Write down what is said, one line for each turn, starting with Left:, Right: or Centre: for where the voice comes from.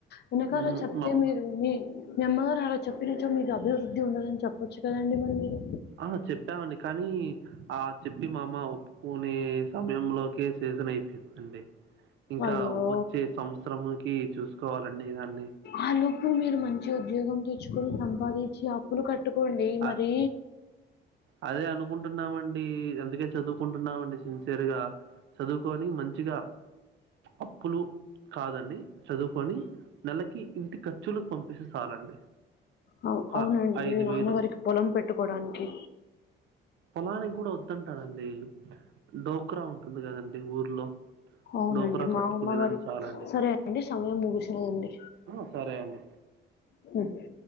Left: వెనకాల
Right: మ్
Left: చెప్తే
Right: మమ్
Left: మీరు మీ మీ అమ్మగారు అలా చెప్పినచ్చో మీకు అభివృద్ధి ఉండదని చెప్పొచ్చు కదండి మరి మీరు
Right: ఆ చెప్పామండి కానీ ఆ చెప్పి మామ్మ ఓ పోనే సమయంలోకి సీజన్ అయిపోస్తుండి ఇంకా
Left: అయ్యో
Right: వచ్చే సంవత్సరంకి చూసుకోవాలండి దాన్ని
Left: ఆ లోపులు మీరు మంచి ఉద్యోగం తెచ్చుకొని సంపాదించి అప్పులు కట్టుకోండి
Right: అ
Left: మరి
Right: అదే అనుకుంటున్నామండి అందుకే చదువుకుంటున్నామండి సిన్సియర్ గా చదువుకొని మంచిగా అప్పులు కాదండి చదువుకొని నెలకి ఇంటి ఖర్చులు పంపిసే చాలండి
Left: ఆ
Right: ఒక
Left: అవునండి
Right: ఐదు
Left: మీ
Right: వేలు
Left: నాన్నగారికి పొలం పెట్టుకోడానికి
Right: పొలానికి కూడా వద్దంటారండి డోక్రా ఉంటుంది కదండి ఊర్లో
Left: అవునండి
Right: డోక్రా
Left: మా
Right: కట్టుకునే
Left: అమ్మ గారు
Right: దానికి చాలండి
Left: సరే అండి సమయం ముగిసినదండి
Right: అ సరే అండి
Left: అ